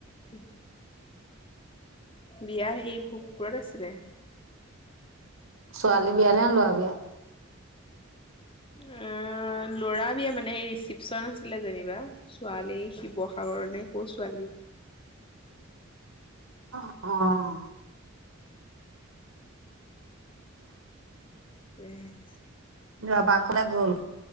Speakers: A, on the left; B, on the right.
A: কি? বিয়া সেই ভোগপুৰত আছিলে।
B: ছোৱালী বিয়া নে ল'ৰা বিয়া?
A: এৱ ল'ৰা বিয়া মানে এই চিপচন আছিলে যেনিবা। ছোৱালী শিৱসাগৰ নে কৰ ছোৱালী।
B: অৱ।
A: ইয়েছ।
B: ৰবা কলে গ'ল।